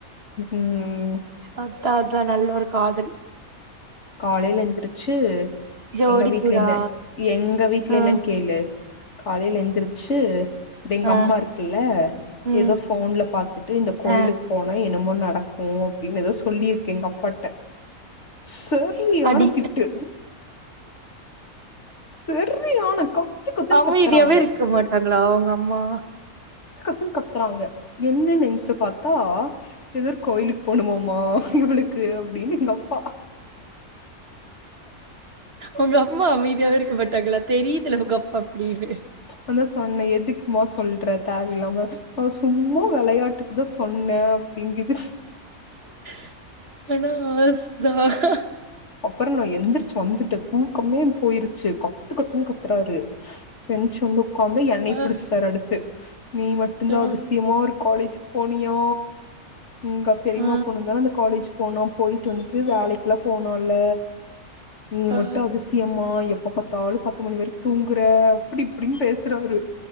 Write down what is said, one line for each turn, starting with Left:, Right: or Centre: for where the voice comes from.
Left: ம்
Right: அதான் அதான் நல்ல ஒரு காதல்
Left: காலையில எந்திரிச்சு
Right: ஜோடி
Left: எங்க வீட்ல
Right: புறா
Left: என்ன எங்க வீட்ல
Right: ஆ
Left: என்னன்னு கேளு காலையில எந்திரிச்சு எங்க
Right: ஆ
Left: அம்மா இருக்குல்ல
Right: ம்
Left: ஏதோ போன்ல பாத்துட்டு இந்த
Right: அ
Left: கோயிலுக்கு போனும் என்னமோனு நடக்கும் அப்டின்னு ஏதோ சொல்லிருக்கு எங்க அப்பாட்ட சரியான
Right: அடி
Left: திட்டு சரியான கத்து கத்துன்னு
Right: அமைதியாவே
Left: கத்துறாங்க
Right: இருக்க மாட்டாங்களா உங்க அம்மா
Left: கத்துன்னு கத்துறாங்க என்ன நெஞ்சி பாத்தா ஏதோ ஒரு கோயிலுக்கு போனும்மாம்மா இவளுக்கு அப்டின்னு எங்க அப்பா
Right: உங்க அம்மா அமைதியாவே இருக்க மாட்டாங்களா தெரியுதுல உங்க அப்பா அப்டின்னு
Left: அதான் சொன்னேன் எதுக்கு மா சொல்ற தேவையில்லாம அவ சும்மா விளையாட்டுக்குதான் சொன்னேன் அப்டிங்கிது
Right: <unintelligible> <unintelligible>
Left: அப்பறம் நான் எந்திரிச்சு வந்துட்டன் தூக்கமே போயிருச்சு கத்து கத்துனு கத்துறாரு பெஞ்சு வந்து உட்காந்து எண்ணெய்
Right: ஆ
Left: ப புடிச்சிட்டாரு அடுத்து நீ மட்டு்தான்
Right: ஆ
Left: அதிசியமா இரு காலேஜ் போனியா உங்க பெரிமா
Right: ஆ
Left: பொண்ணுந்தானா அந்த காலேஜ் போனம் போயிட்டு வந்து வேலைக்குல போனா ல்ல நீ
Right: ஆ
Left: மட்டும் அதிசயமா எப் எப்ப பாத்தாளு பத்து மணி வரைக்கும் தூங்குற அப்டி இப்டின்னு பேசுறாரு